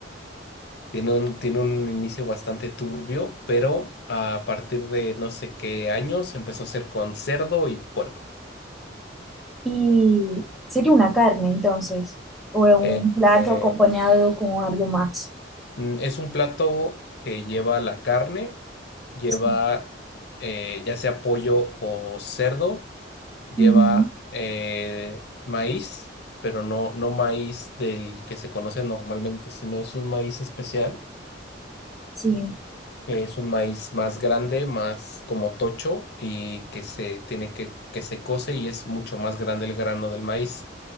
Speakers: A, on the left (about 60°); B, in the centre.
A: Tiene un, tiene un inicio bastante turbio, pero a partir de no sé qué años empezó a hacer con cerdo y puerco.
B: y sería una carne entonces, o un
A: Eh,
B: plato
A: eh,
B: acompañado con algo más.
A: Mm, Es un plato que lleva la carne, lleva
B: Sí.
A: eh, ya sea pollo o cerdo, lleva
B: Ujú,
A: eh, maíz, pero no, no maíz del que se conoce normalmente, sino es un maíz especial,
B: sí.
A: que es un maíz más grande, más como tocho y que se tiene que, que se cose y es mucho más grande el grano del maíz.